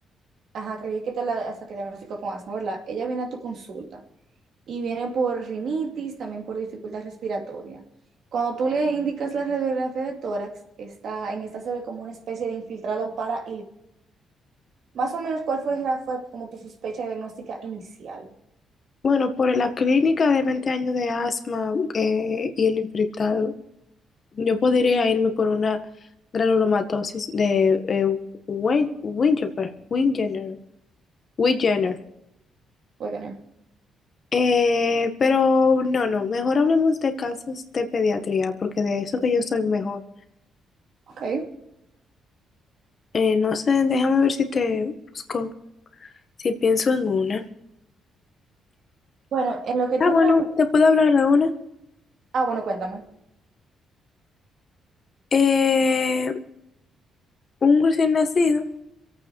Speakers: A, on the right (about 65°); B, on the left (about 45°).
A: ajá, creí que te la, hasta que diagnosticó con asma, ¿verdad? Ella viene a tu consulta. y vienen por rinitis, también por dificultad respiratoria. Cuando tú le indicas la radiografía de tórax, está, en esta se ve como una especie de infiltrado para Más o menos, ¿cuál fue, fue como tu sospecha diagnóstica inicial?
B: Bueno, por la clínica de 20 años de asma eh, y el infectado, yo podría irme por una granulomatosis de eh, Wen- Wingeber- Wingener. Wigener.
A: Wegener.
B: Eh, pero no, no, mejor hablemos de casos de pediatría, porque de eso que yo estoy mejor.
A: Ok.
B: Eh, no sé, déjame ver si te busco, si pienso en una.
A: Bueno, en lo que
B: Ah,
A: tú
B: bueno,
A: grabas...
B: te puedo hablar de una.
A: Ah, bueno, cuéntame.
B: Eh, un recién nacido